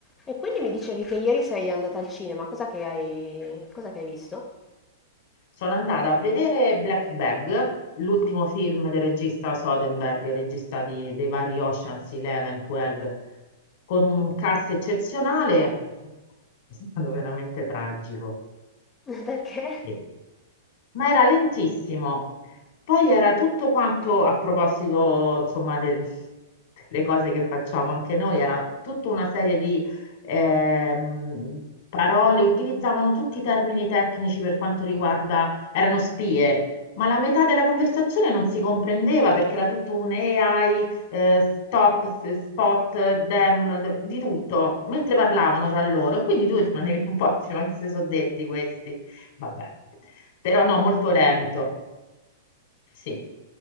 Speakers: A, on the left (about 20°); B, on the left (about 60°).
A: E quindi mi dicevi che ieri sei andata al cinema, cosa che hai, cosa che hai visto?
B: Sono andata a vedere Black Bag, l'ultimo film del regista Soderbergh, il regista di- dei vari Ocean's 11, 12, con un cast eccezionale, <laughs> è stato veramente tragico.
A: <laughs> Perché?
B: Sì ma era lentissimo. Poi era tutto quanto, a proposito, insomma, de- delle cose che facciamo anche noi, era tutta una serie di ehm, parole, utilizzavano tutti i termini tecnici per quanto riguarda, erano spie, ma la metà della conversazione non si comprendeva perché era tutto un AI, eh, stop, s- spot, them, d- di tutto, mentre parlavano tra loro, e quindi tu <laughs> rimanevi un po', dici, ma che si sono detti questi? Vabbè però no, molto lento. Sì.